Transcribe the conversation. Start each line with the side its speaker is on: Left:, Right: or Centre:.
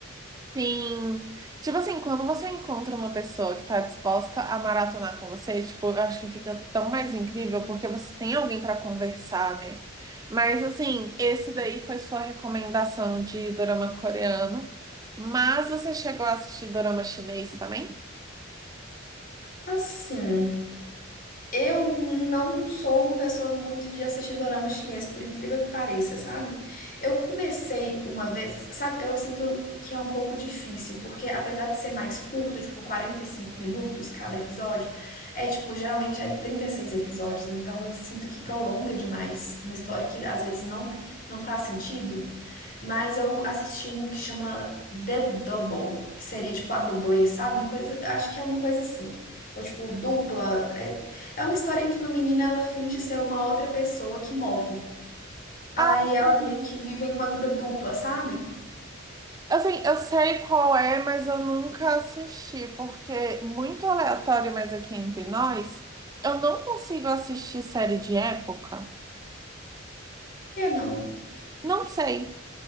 Right: Sim. Tipo assim, quando você encontra uma pessoa que tá disposta a maratonar com você, tipo, eu acho que fica tão mais incrível porque você tem alguém pra conversar, né? Mas assim, esse daí foi sua recomendação de dorama coreano, mas você chegou a assistir dorama chinês também?
Left: Assim, eu não sou uma pessoa muito de assistir dorama chinês, por incrível que pareça, sabe? Eu comecei uma vez, sabe? Eu sinto que é um pouco difícil, porque apesar de ser mais curto, tipo 45 minutos cada episódio, é tipo, geralmente é 36 episódios, então eu sinto que prolonga demais uma história que às vezes não, não faz sentido. Mas eu assisti um que chama The Double, que seria tipo a dublê, sabe? Uma coisa, acho que é uma coisa assim. Ou tipo, dupla. é, é uma história em que uma menina ela finge ser uma outra pessoa que morre. Aí
Right: Ah,
Left: elas
Right: sim.
Left: meio que vivem uma vida dupla, sabe?
Right: Assim, eu sei qual é, mas eu nunca assisti, porque muito aleatório, mas aqui entre nós, eu não consigo assistir série de época.
Left: Que não.
Right: Não sei.